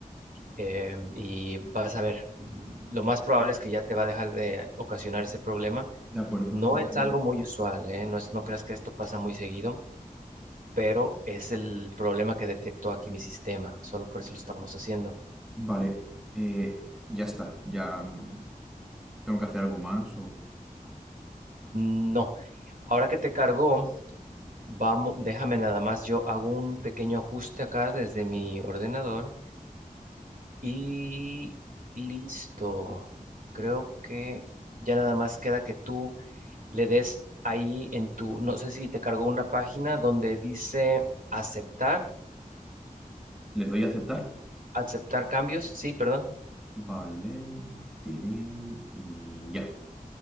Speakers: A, on the right (about 70°); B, in the centre.
A: eh, y vas a ver, mm, lo más probable es que ya te va a dejar de ocasionar ese problema.
B: De acuerdo,
A: No es algo muy usual, ¿eh? No es, no creas que esto pasa muy seguido, pero es el problema que detectó aquí mi sistema. Solo por eso lo estamos haciendo.
B: vale, eh, ya está, ya mm, tengo que hacer algo más o...
A: No. Ahora que te cargó, vamos, déjame nada más. Yo hago un pequeño ajuste acá desde mi ordenador y listo. Creo que ya nada más queda que tú le des ahí en tu, no sé si te cargó una página donde dice aceptar,
B: ¿Les doy a aceptar?
A: aceptar cambios. Sí, perdón.
B: Vale, tilín y ya.